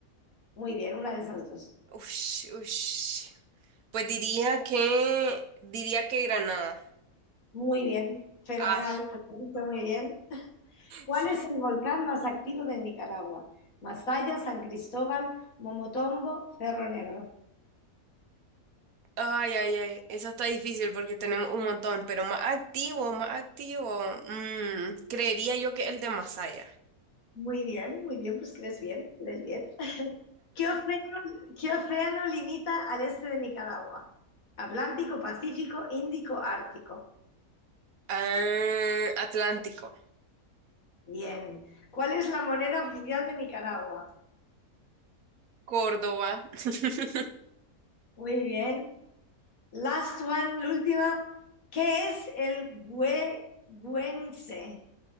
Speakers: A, on the left; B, on the right.
A: Muy bien, una de esas dos.
B: Ush, ush. Pues diría que, diría que Granada.
A: Muy bien, fenomenal,
B: Ah,
A: pues lo has dicho muy bien. ¿Cuál
B: sí.
A: es el volcán más activo de Nicaragua? Masaya, San Cristóbal, Momotombo, Cerro Negro.
B: Ay, ay, ay. Eso está difícil porque tenemos un montón, pero más activo, más activo. mm, creería yo que el de Masaya.
A: Muy bien, muy bien, pues crees bien, crees bien. ¿Qué océano, qué océano limita al este de Nicaragua? Atlántico, Pacífico, Índico, Ártico.
B: Ah, Atlántico,
A: Bien. ¿Cuál es la moneda oficial de Nicaragua?
B: Córdoba, <laughs>
A: Muy bien. Last one, la última. ¿Qué es el güe- güense?